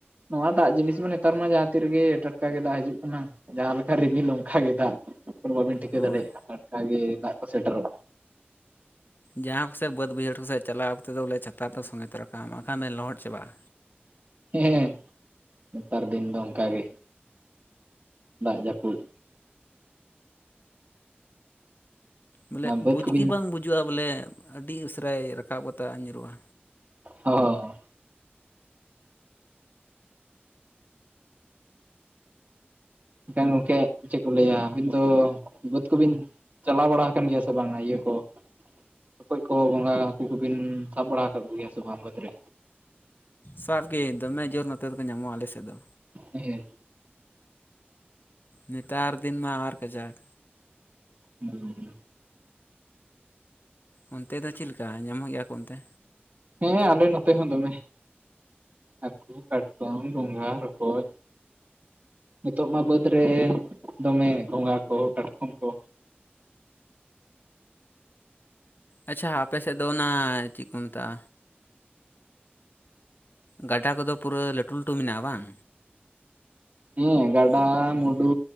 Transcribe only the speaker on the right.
ᱱᱚᱣᱟ ᱫᱟᱜ ᱡᱤᱱᱤᱥ ᱢᱟ ᱱᱮᱛᱟᱨ ᱢᱟ ᱡᱟᱦᱟᱸ ᱛᱤᱱ ᱨᱮᱜᱮ ᱴᱟᱴᱠᱟ ᱜᱮ ᱫᱟᱜ ᱦᱤᱡᱩᱜ ᱠᱟᱱᱟ᱾ ᱡᱟᱦᱟᱸ ᱞᱮᱠᱟ ᱨᱤᱢᱤᱞ ᱚᱱᱠᱟ ᱜᱮ ᱫᱟᱜ, ᱵᱟᱹᱵᱤᱱ ᱴᱷᱤᱠᱟᱹ
ᱫᱟᱲᱮᱭᱟᱜ-ᱟ ᱴᱟᱴᱠᱟᱜᱮ ᱫᱟᱜ ᱠᱚ ᱥᱮᱴᱮᱨᱚᱜ-ᱟ᱾
ᱦᱮᱸ ᱱᱮᱛᱟᱨ ᱫᱤᱱ ᱫᱚ ᱚᱱᱠᱟ ᱜᱮ, ᱫᱟᱜ ᱡᱟᱹᱯᱩᱫ
ᱵᱟᱹᱫᱽ
ᱠᱚᱵᱤᱱ
ᱚ ᱮᱱᱠᱷᱟᱱ ᱜᱚᱝᱠᱮ ᱪᱮᱫ ᱠᱚ ᱞᱟᱹᱭᱟ ᱟᱹᱵᱤᱱ ᱫᱚ ᱵᱟᱹᱫᱽ ᱠᱚᱵᱤᱱ ᱪᱟᱞᱟᱣ ᱵᱟᱲᱟ ᱟᱠᱟᱱ ᱜᱮᱭᱟ ᱥᱮ ᱵᱟᱝᱟ ᱤᱭᱟᱹ ᱠᱚ, ᱨᱚᱠᱚᱡ ᱠᱚ ᱜᱚᱝᱜᱷᱟ ᱦᱟᱹᱠᱩ ᱠᱚᱵᱤᱱ ᱥᱟᱵ ᱵᱟᱲᱟ ᱟᱠᱟᱜ ᱠᱚᱜᱮᱭᱟ ᱥᱮ ᱵᱟᱝ ᱵᱟᱹᱫᱽ ᱨᱮ,
ᱦᱮᱸᱜ ᱮ
ᱦᱩᱸ
ᱦᱮᱸ ᱟᱞᱮ ᱱᱚᱛᱮ ᱦᱚᱸ ᱫᱚᱢᱮ᱾ ᱦᱟᱹᱠᱩ, ᱠᱟᱴᱠᱚᱢ, ᱜᱚᱝᱜᱷᱟ, ᱨᱚᱠᱚᱡ ᱱᱤᱛᱚᱜ ᱢᱟ ᱵᱟᱹᱫᱽ ᱨᱮ ᱫᱚᱢᱮ ᱜᱚᱝᱜᱷᱟ ᱠᱚ ᱠᱟᱴᱠᱚᱢ ᱠᱚ᱾
ᱦᱮᱸ ᱜᱟᱰᱟ ᱢᱩᱸᱰᱩ